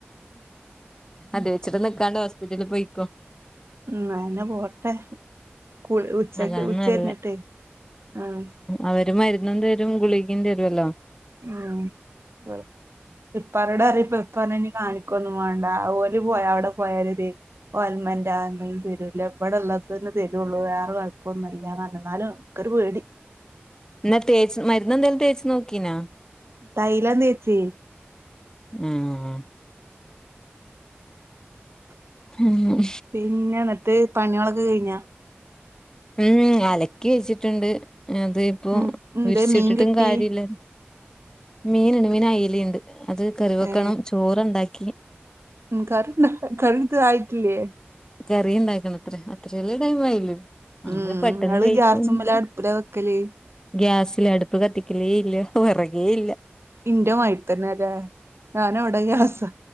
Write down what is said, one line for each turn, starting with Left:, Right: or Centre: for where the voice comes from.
Left: അത് വച്ചിട്ട് നിക്കണ്ടാ ഹോസ്പിറ്റല് പോയിക്കോ.
Right: ഉം അങ്ങനെ പോട്ടെ കു ഉച്ച
Left: അതാണ്
Right: ഉച്ച
Left: നല്ലേ
Right: കഴിഞ്ഞിട്ടേ ആഹ്.
Left: അവര് മരുന്നും തരും ഗുളികിയും തരുമല്ലോ.
Right: ആഹ് ഇവിടെ ഇപ്പോളാണോ അറിയുന്നേ. ഇപ്പൊ അത് ഇനി കാണിക്കൊന്നും വേണ്ട, ഓല് പോയ അവിടെ പോയാലോ ഇത്. ഒലിമെൽറ്റ് എന്തേലും തരൂല, ഇവിടെ ഉള്ളത് തന്നെ തരുള്ളൂ വേറെ കൊഴപ്പമൊന്നുമില്ല പറഞ്ഞു എന്നാലും. എനിക്കൊരു പേടി.
Left: ഇന്നാ തേച്ച് മരുന്ന് ന്തേലും തേച്ച് നോക്കീനാ.
Right: തൈലം തേച്ചി.
Left: ഉം ഉം.
Right: പിന്നെ ഇന്നിട്ട് പണ്യാളൊക്കെ കഴിഞ്ഞാ?
Left: ഉം അലക്കി വെച്ചിട്ടുണ്ട് അത് ഇപ്പോ
Right: ഉം എന്തേ
Left: വിരിച്ചിട്ടിട്ടും
Right: മീൻ കിട്ടി
Left: കാര്യയില്ലല്ലോ. മീന്ണ്ട് മീൻ അയലി ഇണ്ട് അത് കറിവെക്കണം
Right: ഏ
Left: ചോറ്ണ്ടാക്കി.
Right: ഉം കറിയുണ്ടോ, കറി ഇത് ആയിട്ടില്യേ?
Left: കറിയുണ്ടാക്കണത്ര അത്ര വെല്ല്യ ടൈം ആയില്ലലോ. അങ്ങനെ
Right: ഉം
Left: പെട്ടെന്ന്
Right: നിങ്ങള്
Left: കഴിക്കൊന്നുല്ല.
Right: ഗ്യാസുമ്മല അടുപ്പില വെക്കല്
Left: ഗ്യാസില് അടുപ്പ് കത്തിക്കലേ ഇല്ല വെറകേ ഇല്ല.
Right: ഇന്റെ ഭാഗ്യത്തിനെയല്ലേ, ഞാൻ ഇവിടെ ഗ്യാസാ